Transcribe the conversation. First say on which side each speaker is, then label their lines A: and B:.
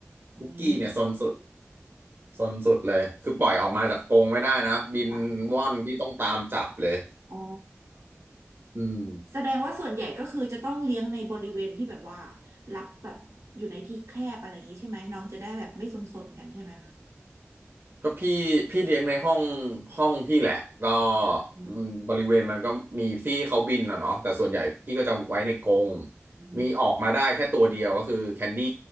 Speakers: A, on the right (about 75°); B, on the right (about 45°).
A: อืม
B: คุกกี้เนี่ยซนสุดซนสุดเลยคือปล่อยออกมาจากกรงไม่ได้นะบินว่อนพี่ต้องตามจับเลย
A: ค่ะอ๋อ
B: อืม
A: แสดงว่าส่วนใหญ่ก็คือจะต้องเลี้ยงในบริเวณที่แบบว่ารับแบบอยู่ในที่แคบอะไรอย่างนี้ใช่ไหมน้องจะได้แบบไม่ซนๆกันใช่ไหมคะ
B: ก็พี่พี่เลี้ยงในห้องห้องพี่แหละก็
A: อืม
B: อืมบริเวณมันก็มีที่เขาบินอ่ะเนาะแต่ส่วนใหญ่พี่ก็จะไว้ในกรง
A: อื
B: มีออกมาได้แค่ตัวเดียวก็คือแคนดี้